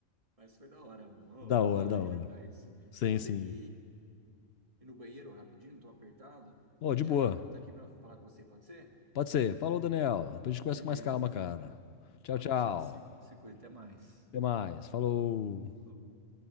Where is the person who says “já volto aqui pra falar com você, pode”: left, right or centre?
Right